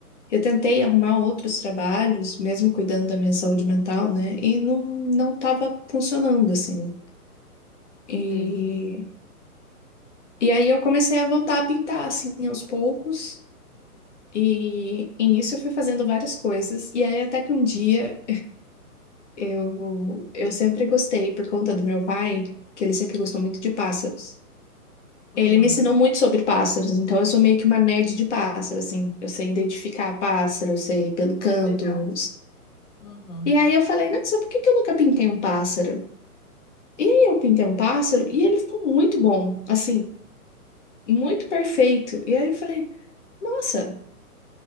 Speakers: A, on the left; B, on the left.
A: eu tentei arrumar outros trabalhos, mesmo cuidando da minha saúde mental, né? E não não estava funcionando assim. E
B: sei,
A: E aí eu comecei a voltar a pintar assim aos poucos. E, e nisso eu fui fazendo várias coisas. E aí até que um dia eu, eu sempre gostei, por conta do meu pai, que ele sempre gostou muito de pássaros.
B: uhum,
A: Ele me ensinou muito sobre pássaros, então eu sou meio que uma nerd de pássaro, assim. Eu sei identificar pássaro, eu sei pelo canto.
B: Que legal. uhum,
A: E aí eu falei, nossa, por que que eu nunca pintei um pássaro? E aí eu pintei um pássaro e ele ficou muito bom, assim, muito perfeito. E aí eu falei, nossa.